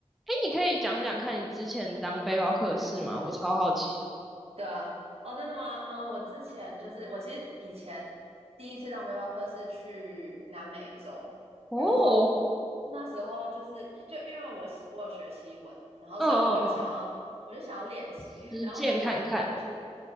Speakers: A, in the centre; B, on the right.
A: 哎，你可以讲讲看你之前当背包客的事吗？
B: 嗯，
A: 我超好奇的。
B: 对啊，哦，真的吗？嗯，我之前就是我其实以前第一次当背包客是去南美洲，
A: 哦，
B: 然后那时候就是就因为我西我有学西文，然后所以我就想要我就想要练习，
A: 嗯嗯嗯，实践看看。
B: <laughs> 然后那时候其实我去